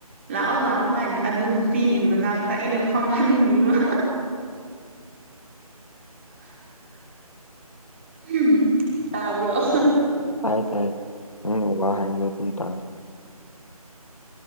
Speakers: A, on the right; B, on the left.
A: ꯂꯥꯛꯑꯣ-ꯂꯥꯛꯑꯣ ꯍꯥꯏꯅ ꯑꯗꯨ ꯅꯨꯄꯤꯒꯤ ꯃꯅꯥꯛꯇ ꯑꯩꯅ ꯐꯝꯍꯟꯕꯤꯕ꯫ <unintelligible> ꯎꯝ ꯇꯕ꯭ꯔꫭ꯫
B: ꯇꯥꯏ-ꯇꯥꯏ ꯅꯪꯅ ꯋꯥ ꯍꯥꯏꯕꯗꯨ ꯑꯗꯨꯝ ꯇꯥꯏ꯫